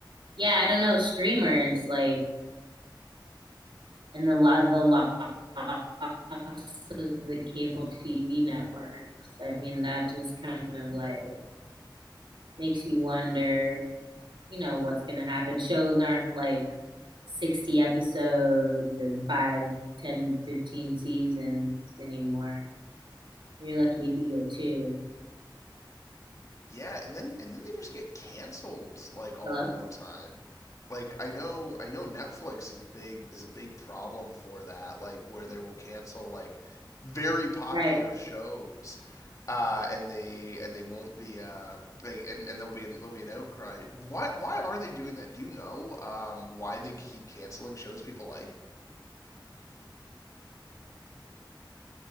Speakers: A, on the right; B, on the left.
A: yeah, I don't know, streamers, like, and the lot, the loss of the cable TV networks. I mean, that just kind of like makes you wonder, you know, what's going to happen. Shows aren't like 60 episodes and five, ten, fifteen seasons anymore. You're lucky if you get two.
B: yeah, and then and then they just get canceled like all,
A: Hello?
B: all the time. Like I know I know Netflix is big is a big problem for that. Like where they will cancel like very popular
A: Right.
B: shows, uh, and they and they won't be uh like and, and there'll be an, there'll be an outcry. Why why are they doing that? Do you know um, why they keep canceling shows people like?